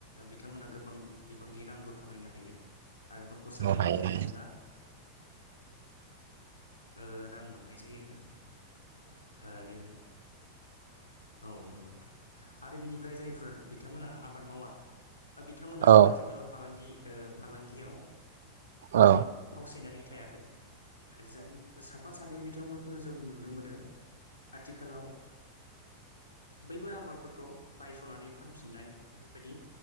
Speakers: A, on the left; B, on the right.
A: बिथांमोना गोबां बिबांनि रांबो खामायनो हायो आरो न'खर सालायनायाव
B: हायो
A: बिथांमोना
B: हायो
A: ओ रां मोननाय जायो आरो औ नंगौ नोंथां आरो बिनिफ्राय जायफोर बिथांमोना आबाद मावा बिथांमोनाबो
B: औ
A: आथिखालाव फालांगि फालांगियाव
B: औ
A: फावसायनानै थायाखै जाय साफा सानै बिथांमोनखौ जों नुनो मोनो आथिखालाव बैफोर आबादफोरखौ बायस'नानै फानफिननाय बेफोरबायदि